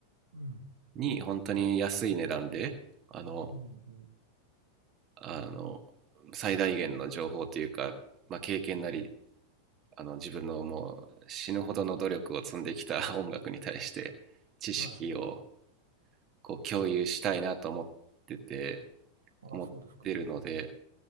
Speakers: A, on the right; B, on the right.
A: うん、
B: に本当に安い値段で、あの、
A: うん、うん。
B: あの、最大限の情報というか、まあ、経験なり、あの、自分のもう死ぬほどの努力を積んできた <laughs> 音楽に対して知識を
A: はい。
B: こう共有したいなと思ってて、
A: ああ、
B: 思ってるので、
A: そうですか。